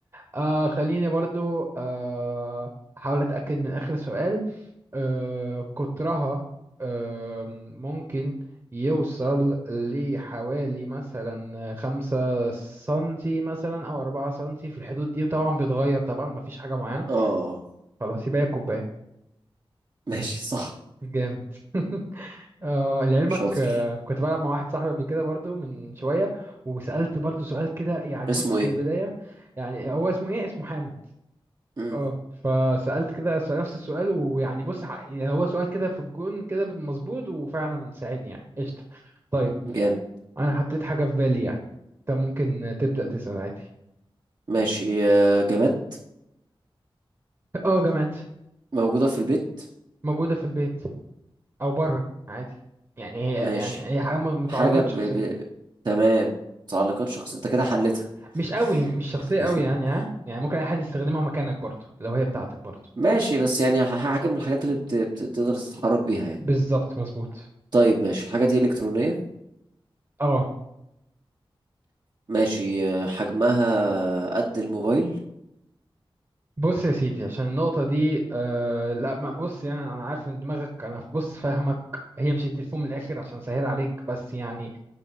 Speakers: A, on the right; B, on the right.
A: آه خليني برضو آه احاول اتاكد من اخر سؤال آه قطرها آه ممكن يوصل لحوالي مثلا خمسة سنتي مثلا او أربعة سنتي في الحدود دي وطبعا بيتغير طبعا مفيش حاجة معينة
B: اه
A: خلاص يبقى هي كوباية
B: ماشي صح
A: جامد <laughs> آه لعلمك
B: شاطر
A: آه كنت بلعب مع واحد صاحبي قبل كده برضو من شوية وسألت برضو سؤال كده يعني
B: اسمه
A: بص في
B: ايه
A: البداية يعني هو اسمه ايه اسمه حامد
B: امم
A: اه فسألت كده سأل نفس السؤال ويعني بص ح- يعني هو سؤال كده في الجون كده مظبوط وفعلا ساعدني يعني قشطة طيب
B: جامد
A: أنا حطيت حاجة في بالي يعني أنت ممكن تبدأ تسأل عادي
B: ماشي آه، جماد
A: اه جامعة
B: موجودة في البيت
A: موجودة في البيت أو بره عادي يعني هي
B: ماشي
A: يعني هي حاجة م- متعلقات
B: حاجة ب...
A: شخصية
B: ب... تمام تعليقات شخص انت كده حلتها
A: مش قوي مش شخصية
B: <laughs>
A: قوي يعني ها يعني ممكن أي حد يستخدمها مكانك برضه لو هي بتاعتك برضه
B: ماشي بس يعني ح- حاجة من الحاجات اللي بت... بت... تقدر تتحرك بيها يعني
A: بالظبط مظبوط
B: طيب ماشي الحاجة دي إلكترونية
A: اه
B: ماشي آه، حجمها قد الموبايل
A: بص يا سيدي عشان النقطة دي آه لا ما بص يعني أنا عارف إن دماغك أنا بص فاهمك هي مش التليفون من الآخر عشان سهل عليك بس يعني